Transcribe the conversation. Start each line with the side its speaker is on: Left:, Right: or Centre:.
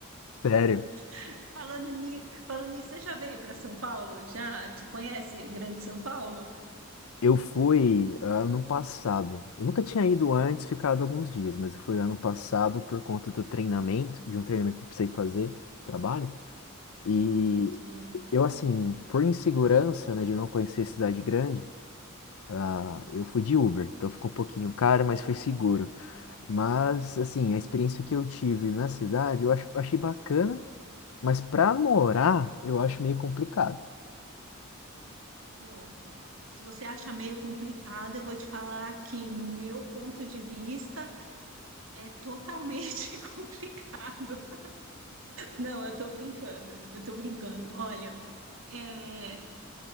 Left: Sério.
Right: <laughs> Falando, ni, falando nisso, você já veio para São Paulo? Já? Você conhece Grande São Paulo?
Left: Eu fui ano passado. Eu nunca tinha ido antes, ficado alguns dias, mas eu fui ano passado por conta do treinamento, de um treinamento que eu precisei fazer, trabalho. E
Right: Entendi.
Left: eu, assim, por insegurança, né, de não conhecer cidade grande, ah, eu fui de Uber. Então ficou um pouquinho caro, mas foi seguro. Mas, assim, a experiência que eu tive na cidade, eu ach- achei bacana. Mas pra morar,
Right: Ah,
Left: eu acho meio complicado.
Right: bom, se você acha meio complicado, eu vou te falar que, no meu ponto de vista, é totalmente <laughs> complicado. Não, eu tô brincando, eu tô brincando. Olha. é,